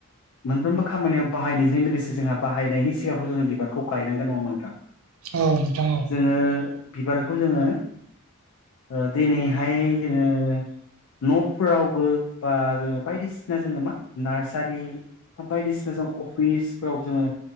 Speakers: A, on the left (about 65°); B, on the right (about 65°).
A: मोनफ्रोमबो खामानियाव बाहायनायजों लोगोसे जोंहा बाहायनायनि सिगांआवथ जोङो बिबारखौ गायनांगोन नङा होनबा नोंथां?
B: औ नोंथां औ
A: जोङो बिबारखौ जोङो ओ दिनैहाय जोङो न'फोरावबो बा जोङो बायदिसिना जोङो मा नार्सारि बायदिसिना जों अफिस आव जोङो